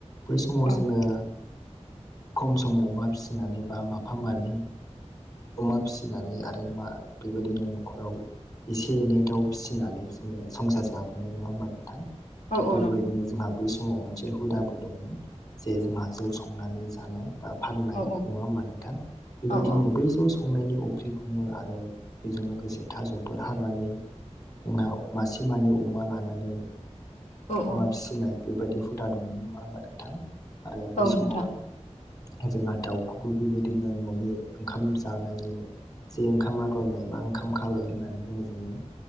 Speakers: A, on the left (about 30°); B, on the left (about 85°).
A: बै समाव
B: औ
A: जोङो। खम समावमा फिसिनानै बा माफा मानै। अमा फिसिनानै आरो मा बेबायदिनो न'खराव एसे एनै दाउ फिसि ार जोनाय नोंथां
B: औ औ
A: बेनो
B: नंगौ
A: जो बै समाव मोनसे हुदाबो दंमोन जे जोंहा जौ संनानै जानाय फाननाय
B: औ औ
A: नङा हबा नोंथां बेबायदिनो
B: औ औ
A: बै जौ खंनायनि अफ्रिखौनो आरो बेजों लोगोसे थाज'फोर हानानै जोंहा मासे मानै अमा लानानै
B: औ
A: अमा
B: औ
A: फि फिसिनाय बेबायदि हुदा दंमोन नङा होनोमबा नोंथां आरो बै
B: औ
A: समाव
B: नोंथां
A: जोंहा दाउखौबो बेबायदिनो न'नि ओंखाम जानायनि। जे ओंखाम आग्लायनाय बा ओंखाम खालायो होननानै बुङो जोङो